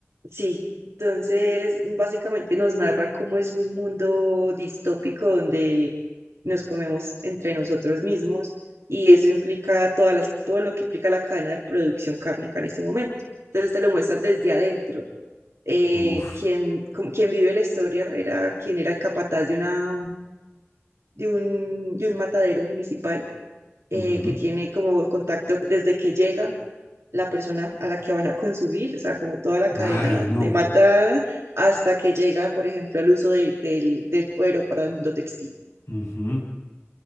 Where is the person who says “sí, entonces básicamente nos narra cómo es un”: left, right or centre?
Right